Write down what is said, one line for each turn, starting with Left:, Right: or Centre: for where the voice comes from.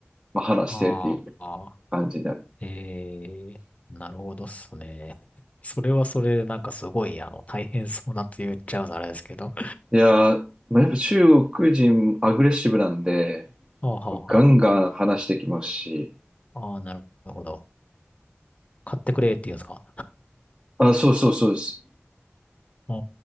Right: まあ、話してっていう
Left: あー、あ
Right: 感じになる。
Left: ーえー、なるほどっすね。<laughs> それはそれでなんかすごい、あの、大変そうなと言っちゃうとあれですけど。
Right: いやー、まあ、やっぱ中国人アグレッシブなんで、
Left: あー、はあ、
Right: ガンガン話してきますし、
Left: はあ、はああー、なるほど。買ってくれって言うんですか。
Right: あ、そうそうそうです。
Left: ああ